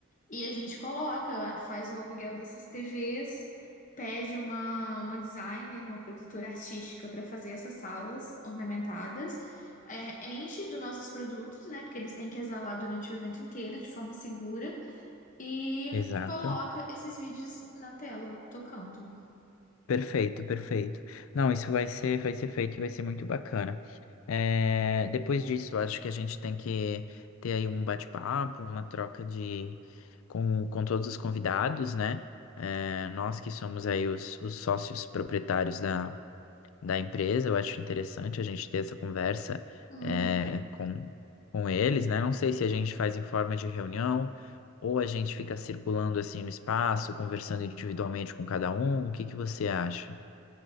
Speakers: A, on the left; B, on the left.
A: E a gente coloca, faz o aluguel dessas TVs, pede uma, uma designer, uma produtora artística para fazer essas salas ornamentadas, é, enche dos nossos produtos, né? Porque eles têm que exalar durante o evento inteiro de forma segura, e
B: exato.
A: coloca esses vídeos na tela, tocando.
B: Perfeito, perfeito. Não, isso vai ser, vai ser feito e vai ser muito bacana. É, depois disso, acho que a gente tem que ter aí um bate-papo, uma troca de com, com todos os convidados, né? É, nós que somos aí os, os sócios proprietários da, da empresa. Eu acho interessante a gente ter essa conversa
A: Uhum.
B: é, com, com eles, né? Não sei se a gente faz em forma de reunião ou a gente fica circulando assim no espaço, conversando individualmente com cada um. O que que você acha?